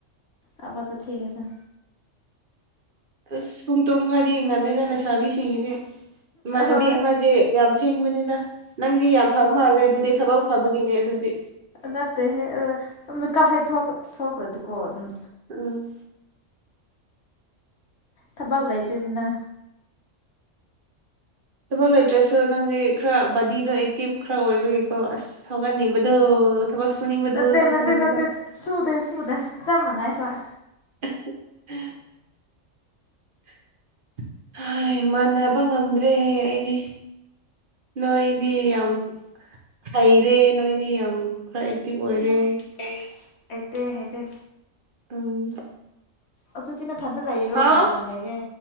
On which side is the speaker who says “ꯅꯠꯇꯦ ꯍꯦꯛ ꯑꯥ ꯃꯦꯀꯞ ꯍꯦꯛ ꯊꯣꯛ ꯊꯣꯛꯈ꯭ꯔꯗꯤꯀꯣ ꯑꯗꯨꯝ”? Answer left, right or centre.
Left